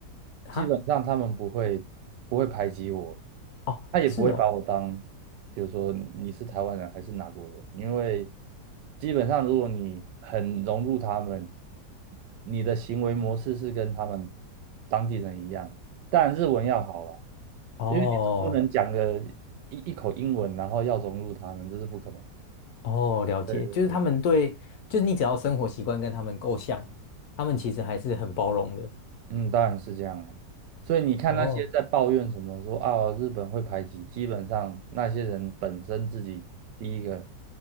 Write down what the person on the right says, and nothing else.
基本上他们不会不会排挤我，
他也不会把我当，
比如说你是台湾人还是哪国人，因为基本上如果你很融入他们，你的行为模式是跟他们当地人一样，但日文要好了，
因为你总不能讲个一一口英文，然后要融入他们，这是不可能。
对
嗯，当然是这样了。所以你看那些在抱怨什么说啊日本会排挤，
基本上那些人本身自己第一个，